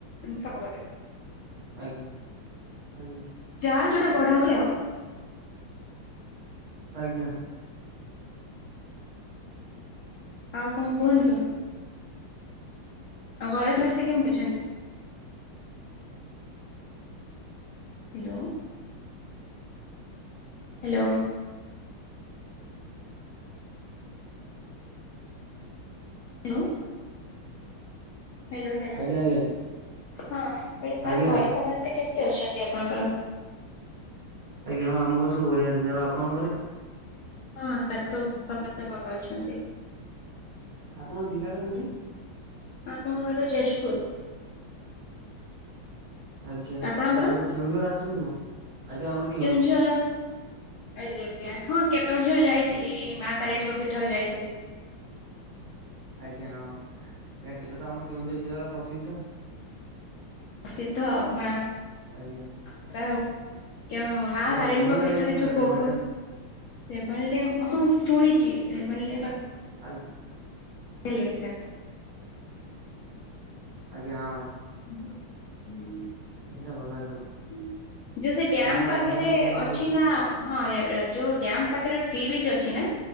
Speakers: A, on the left; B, on the right.
A: ଏମତି ସବୁ
B: ଆଜ୍ଞା ଆଜ୍ଞା
A: ଯାର ଯୋଉଟା ବଢା ହୁଏ ଆଉ।
B: ଆଜ୍ଞା।
A: ଆଉ କଣ କୁହନ୍ତୁ? ଆଉ ଘରେ ସମସ୍ତେ କେମିତି ଅଛନ୍ତି? Hello. Hello. Hello. Hello hello
B: ଆଜ୍ଞା
A: ହଁ ମୁ କ ସାର୍
B: ଆଜ୍ଞା
A: ଘରେ
B: ଆଜ୍ଞା
A: ସମସ୍ତେ କେମିତି ଅଛନ୍ତି ଆପଣଙ୍କର?
B: ଆଜ୍ଞାଁ ଆମ ଘରେ ସବୁ ବଢିଆ ଅଛନ୍ତି। ଆଉ ଆପଣଙ୍କ ଘରେ?
A: ହଁ ସାର୍ ତ ଉପଖା ମୋତେ ଭଲ ଅଛନ୍ତି।
B: ଆପଣଙ୍କ ଜିଲ୍ଲା ଟା କୋଉଠି?
A: ଆମ ଘର ଯାଜପୁର।
B: ଆଜ୍ଞା ଆଉ
A: ଆପଣଙ୍କର?
B: କେବେ କେଉଁଝର ଆସିଚନ୍ତି ନା? ଆଜ୍ଞା ଆମର
A: କେଉଁଝର ଆଜ୍ଞା ଆଞା ହଁ କେଉଁଝର ଯାଇଥିଲି
B: ଆଜ୍ଞା ଆଜ୍ଞା
A: ମା ତାରିଣୀଙ୍କ
B: ଆଜ୍ଞା
A: ପୀଠରେ ଯାଇଥିଲି।
B: ଆଜ୍ଞା ହଁ ଆଜ୍ଞା ସେଟା ତ ଆମ କେଉଁଝର ଜିଲ୍ଲାର ପ୍ରସିଦ୍ଧ।
A: ପ୍ରସିଦ୍ଧ ମାଉ
B: ଆଜ୍ଞା
A: କେଉ ମା
B: ଆଜ୍ଞା ଆଉ
A: ତାରିଣୀଙ୍କ
B: ରେମାଲ ଡ୍ୟାମ
A: ପୀଠରେ
B: ଜାଣିଛନ୍ତି ନା
A: ଯୋଉ
B: ରେମାଲ
A: ଭୋଗ
B: ଡ୍ୟାମ
A: ରେମଲ ଡେମ୍ ହଁ ଶୁଣିଚି ରେମଲ ଡେମ୍
B: ଆଗ୍ୟା
A: ହେଲ୍ ସେଇଟା।
B: ଆଜ୍ଞା ହଁ।
A: ହଁ ହୁଁ
B: ଆଉ ସେଟା ଭଲ ଲାଗେ ସବୁଠୁ
A: ହୁଁ। ଯୋଉ ସେ ଡାମ
B: ଆଜ୍ଞା ହଁ
A: ପାଖରେ
B: ରେମାଲ ଡ୍ୟାମ ବିଷୟରେ କଣ
A: ଅଛି
B: କହୁଥିଲେ?
A: ନା ହଁ ଯୋଉ ଡ୍ୟାମ ପାଖରେ ସି ବିଚ୍ ଅଛି ନା